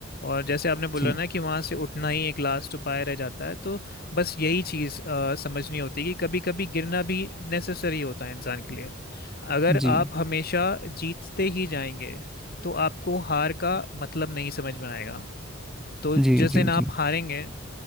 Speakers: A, on the left; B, in the centre.
A: और जैसे आपने बोला
B: जी
A: ना कि वहाँ से उठना ही एक लास्ट उपाय रह जाता है तो बस यही चीज़ अ, समझनी होती है कि कभी कभी गिरना भी नेसेसरी होता है इंसान के लिए अगर
B: जी
A: आप हमेशा जीतते ही जाएंगे तो आपको हार का मतलब नहीं समझ में आएगा तो
B: जी
A: जिस दिन
B: जी
A: आप
B: जी
A: हारेंगे